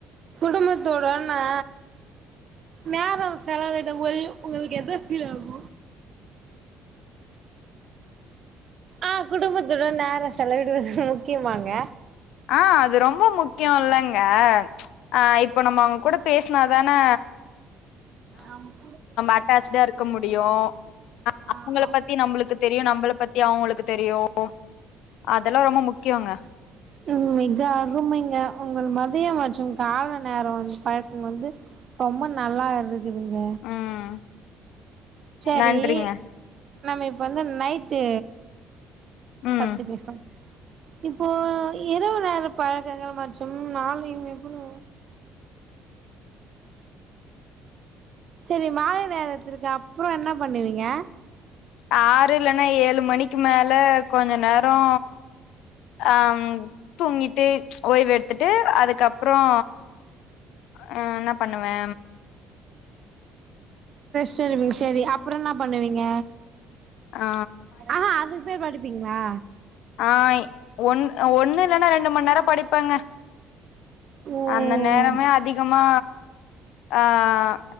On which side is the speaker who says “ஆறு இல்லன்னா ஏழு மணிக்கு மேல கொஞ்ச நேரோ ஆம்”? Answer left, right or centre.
Left